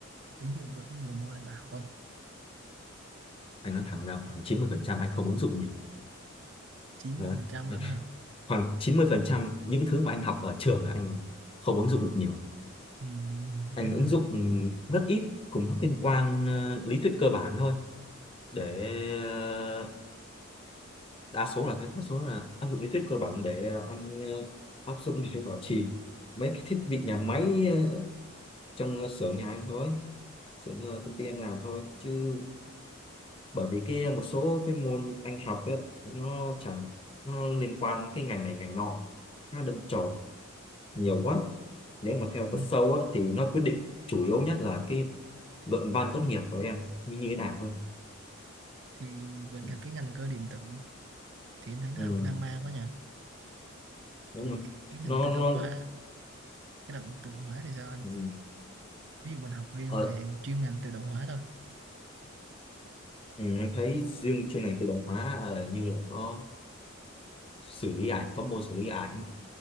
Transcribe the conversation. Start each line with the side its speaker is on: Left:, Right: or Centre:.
Right: ứng dụng được cái nhiều môn này đã học không
Left: anh nói thẳng là khoảng 90% anh không ứng dụng nhiều
Right: 90%
Left: rồi Đấy,
Right: lắm hả
Left: khoảng 90% những thứ mà anh học ở trường là anh không ứng dụng được nhiều
Right: ừ,
Left: anh
Right: thế
Left: ứng
Right: là
Left: dụng rất ít cũng liên quan ờ, lý thuyết cơ bản thôi để ờ, đa số là thế đa số là áp dụng lý thuyết cơ bản để anh ờ, áp dụng để bảo trì mấy cái thiết bị nhà máy ờ, trong ờ, xưởng nhà anh thôi xưởng ờ, công ty anh làm thôi chứ bởi vì cái một số cái môn anh học ấy, nó chẳng nó liên quan cái ngành này ngành nọ nó đâm chồi nhiều quá nếu mà theo thật
Right: ừ.
Left: sâu á, thì nó quyết định chủ yếu nhất là cái luận văn tốt nghiệp của em như như thế nào thôi
Right: thì vậy
Left: ừ,
Right: là cái ngành cơ điện tử thì em thấy nó
Left: ừ,
Right: học lan man quá nhỉ
Left: đúng
Right: vậy
Left: rồi
Right: cái ngành
Left: nó
Right: tự động
Left: nó
Right: hóa cái động tự động hóa thì sao anh
Left: ừ,
Right: ví dụ mình học riêng
Left: ờ,
Right: về chuyên ngành tự động hóa thôi
Left: ừ, em thấy riêng chuyên ngành tự động hóa ờ, như là có xử lý ảnh có môn xử lý ảnh